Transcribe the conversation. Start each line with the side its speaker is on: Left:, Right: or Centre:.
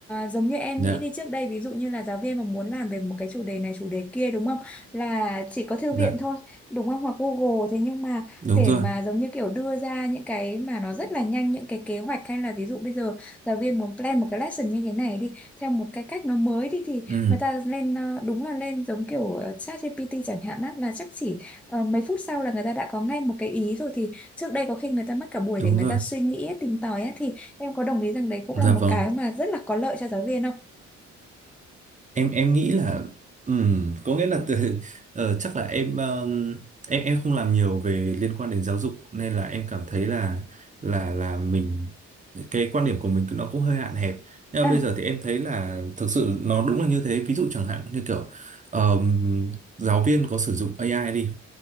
Centre: giống như em
Right: dạ,
Centre: nghĩ đi trước đây ví dụ như là giáo viên mà muốn làm về một cái chủ đề này chủ đề kia đúng không là chỉ có thư
Right: dạ,
Centre: viện thôi đúng không hoặc Google thế nhưng mà
Right: đúng
Centre: để
Right: rồi.
Centre: mà giống như kiểu đưa ra những cái mà nó rất là nhanh những cái kế hoạch hay là ví dụ bây giờ giáo viên muốn plan một cái lesson như thế này đi theo một cái cách nó mới đi thì
Right: Ừ,
Centre: người ta lên ờ, đúng là lên giống kiểu ờ, ChatGPT chẳng hạn á, là chắc chỉ ờ, mấy phút sau là người ta đã có ngay một cái ý rồi thì trước đây có khi người ta mất cả buổi
Right: đúng
Centre: để người
Right: rồi.
Centre: ta suy nghĩ ấy, tìm tòi ấy, thì em có đồng ý rằng đấy cũng
Right: Dạ
Centre: là một
Right: vâng.
Centre: cái mà rất là có lợi cho giáo viên không?
Right: em em nghĩ là ừm, có nghĩa là từ, <laughs> ờ, chắc là em ờm, em em không làm nhiều về liên quan đến giáo dục nên là em cảm thấy là là là mình cái quan điểm của mình nó cũng hơi hạn hẹp nhưng
Centre: À,
Right: mà bây giờ thì em thấy là thực sự nó đúng là như thế ví dụ chẳng hạn như kiểu ờm, giáo viên có sử dụng AI đi